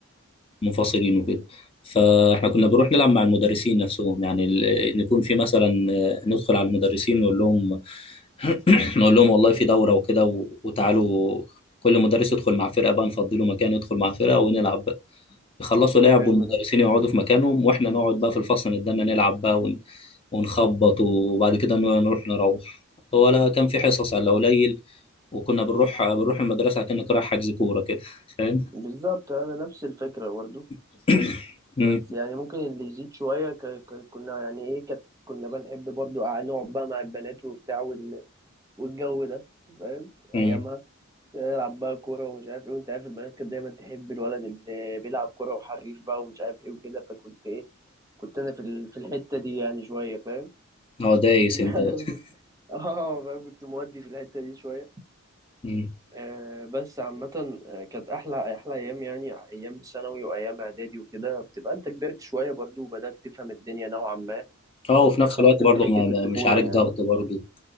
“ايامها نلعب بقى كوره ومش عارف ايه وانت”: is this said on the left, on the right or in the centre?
Right